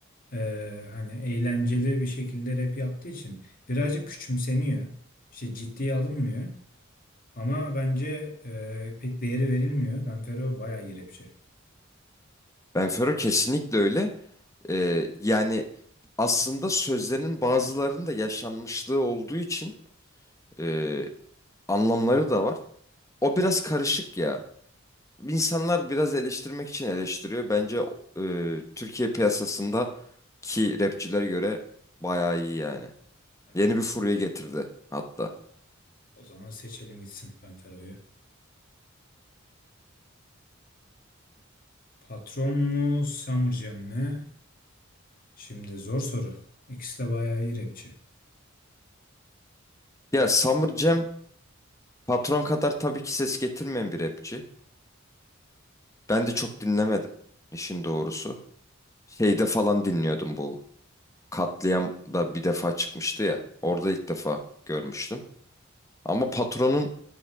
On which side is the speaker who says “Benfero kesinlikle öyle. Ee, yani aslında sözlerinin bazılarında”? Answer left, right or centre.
Left